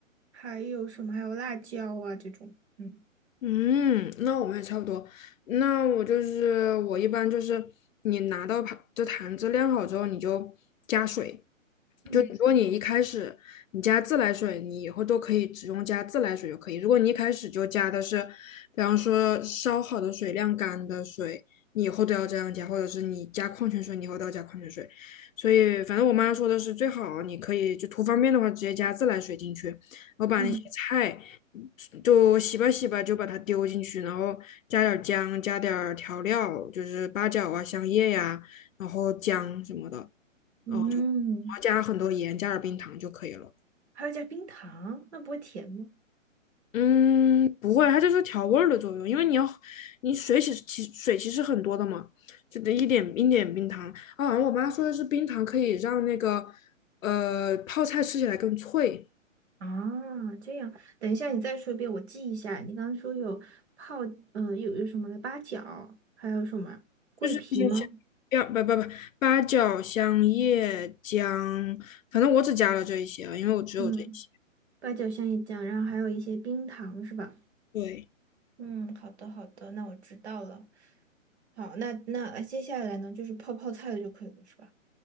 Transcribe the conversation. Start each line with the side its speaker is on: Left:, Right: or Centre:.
Right: 还有什么？还有辣椒啊这种，嗯
Left: 嗯，那我们也差不多。那我就是我一般就是你拿到盘这坛子晾好之后，你就加水，
Right: 嗯
Left: 就如果你一开始你加自来水，你以后都可以只用加自来水就可以。如果你一开始就加的是，比方说烧好的水、晾干的水，你以后都要这样加，或者是你加矿泉水，你以后都要加矿泉水。所以反正我妈说的是，最好你可以就图方便的话，直接加自来水进去，然后把那些菜
Right: 嗯，
Left: 就洗吧洗吧，就把它丢进去，然后加点姜，加点调料，就是八角啊、香叶呀、然后姜什么的。
Right: 嗯，
Left: 然后就然后加很多盐，加点冰糖就可以了。
Right: 还要加冰糖，那不会甜吗？
Left: 嗯，不会，它就是调味儿的作用，因为你要你水其实其水其实很多的嘛，就得一点一点冰糖啊。然后我妈说的是冰糖可以让那个呃泡菜吃起来更脆，
Right: 啊，这样，等一下你再说一遍，我记一下。你刚刚说有泡，呃，有有什么的八角，还有什么桂皮吗？
Left: 就是一些香料不不不八角、香叶、姜，反正我只加了这一些啊，因为我只有这一些。
Right: 嗯，八角香叶酱，然后还有一些冰糖是吧？
Left: 对，
Right: 嗯，好的好的，那我知道了。好，那那呃接下来呢，就是泡泡菜的就可以了，是吧？